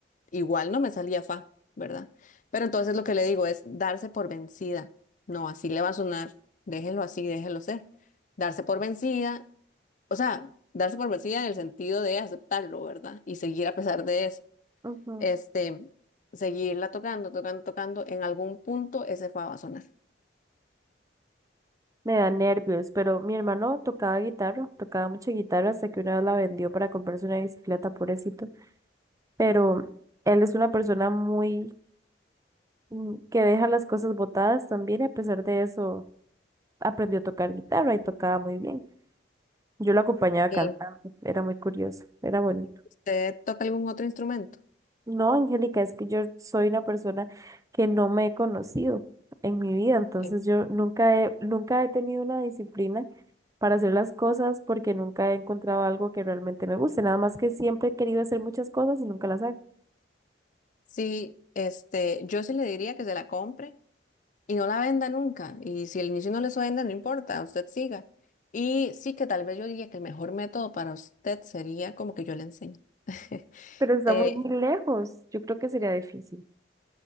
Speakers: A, on the left (about 45°); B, on the right (about 20°).
A: igual no me salía fa, ¿verdad? Pero entonces lo que le digo es darse por vencida. No, así le va a sonar, déjelo así, déjelo ser. Darse por vencida, o sea, darse por vencida en el sentido de aceptarlo, ¿verdad? Y seguir a pesar de eso.
B: Ujú.
A: Este, seguirla tocando, tocando, tocando, en algún punto ese fa va a sonar.
B: Me da nervios, pero mi hermano tocaba guitarra, tocaba mucha guitarra hasta que una vez la vendió para comprarse una bicicleta, pobrecito. Pero él es una persona muy mm, que deja las cosas botadas también, y a pesar de eso. aprendió a tocar guitarra y tocaba muy bien. Yo lo acompañaba cantando,
A: Sí.
B: era muy curioso, era bonito.
A: ¿Usted toca algún otro instrumento?
B: No, Angélica, es que yo soy una persona que no me he conocido en mi vida, entonces
A: Sí.
B: yo nunca he, nunca he tenido una disciplina para hacer las cosas porque nunca he encontrado algo que realmente me guste, nada más que siempre he querido hacer muchas cosas y nunca las hago.
A: Sí, este, yo sí le diría que se la compre y no la venda nunca. Y si al inicio no les venda, no importa, usted siga. Y sí que tal vez yo diría que el mejor método para usted sería como que yo le enseñe. <laughs>
B: Pero estamos
A: Eh,
B: muy lejos, yo creo que sería difícil.